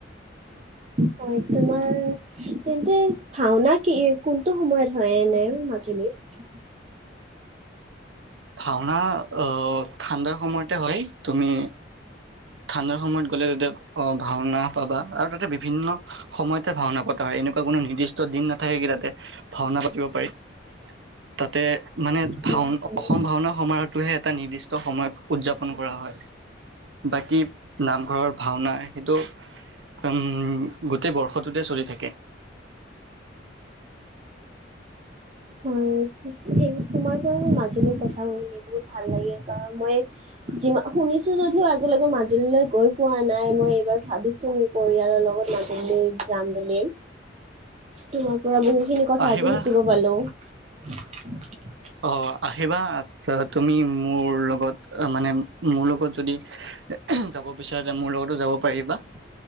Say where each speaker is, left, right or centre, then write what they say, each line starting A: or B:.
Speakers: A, on the right; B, on the right.
A: হয়, তোমাৰ তেন্তে ভাওনা কি কোনটো সময়ত হয় এনে মাজুলীত?
B: ভাওনা অঁ ঠাণ্ডাৰ সময়তে হয়। তুমি, ঠাণ্ডাৰ সময়ত গ'লে তাতে, অ ভাওনা পাবা, আৰু তাতে বিভিন্ন সময়তে ভাওনা পতা হয় এনেকুৱা কোনো নিৰ্দিষ্ট দিন নাথাকে কি তাতে ভাওনা পাতিব পাৰি। তাতে মানে
A: হয়
B: ভাওনা
A: হয়।
B: অসম ভাওনা সমাৰোহটোহে এটা নিৰ্দিষ্ট সময়ত উদযাপন কৰা হয়। বাকী নামঘৰৰ ভাওনা সেইটো উম, গোটেই বৰ্ষটোতে চলি থাকে।
A: হয়, তোমাৰ পৰা মই মাজুলীৰ কথা শুনি বহুত ভাল লাগে কাৰণ মই যি শুনিছো যদিও আজিলৈকে মাজুলীলৈ গৈ পোৱা নাই, মই এইবাৰ ভাবিছো মোৰ পৰিয়ালৰ লগত মাজুলীলে যাম বুলি। তোমাৰ পৰা বহু সেই খিনি কথা
B: আহিবা
A: আজি শিকিব পালো। <unintelligible>
B: অ আহিবা আ তুমি মোৰ লগত আ মানে মোৰ লগত যদি, যাব বিচাৰ তে মোৰ লগতো যাব পাৰিবা।